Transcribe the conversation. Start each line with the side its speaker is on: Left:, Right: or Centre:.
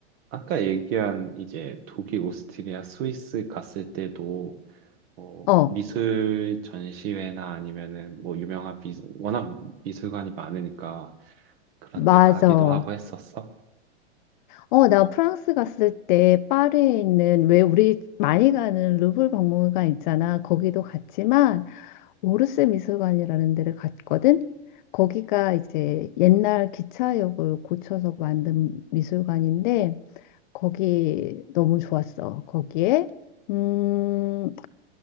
Right: 아까 얘기한 이제 독일, 오스트리아, 스위스 갔을 때도 어,
Left: 어,
Right: 미술 전시회나 아니면은 뭐 유명한 미술, 워낙 미술관이 많으니까 그런데
Left: 맞아.
Right: 가기도 하고 했었어?
Left: 어, 나 프랑스 갔을 때 파리에 있는 왜 우리 많이 가는 루브르 박물관 있잖아. 거기도 갔지만 오르세 미술관이라는 데를 갔거든. 거기가 이제 옛날 기차역을 고쳐서 만든 미술관인데 거기 너무 좋았어. 거기에 음,